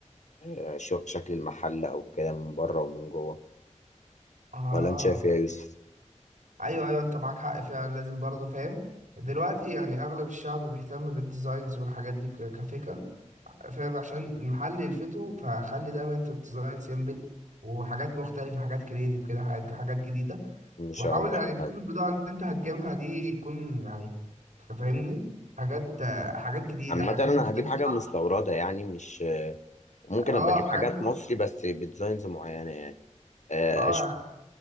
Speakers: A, on the left; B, on the right.
A: آه، شو- شكل المحل او كده من بره ومن جوه
B: اه
A: ولا انت شايف ايه يا يوسف
B: ايوه ايوه انت معاك حق فعلا لازم برضه فاهم دلوقتي يعني اغلب الشعب بيهتم بالديزاينز والحاجات دي ك- كفكر فاهم عشان المحل يلفته فخلي دايما انت الديزاين سيمبل وحاجات مختلفة حاجات كريتيف كده حاجات حاجات جديدة
A: ان شاء
B: وحاول
A: الله
B: يعني
A: هحاول
B: تشوف البضاعة اللي انت هتجيبها دي تكون يعني أنت فاهمني حاجات آه، حاجات جديدة
A: عامة
B: حاجات
A: انا
B: مختلفة
A: هجيب حاجة مستوردة يعني مش آه، ممكن
B: اه
A: ابقى اجيب
B: حاجات
A: حاجات
B: مخ...
A: مصري بس بديزاينز معينة يعني آه،
B: اه
A: اشوف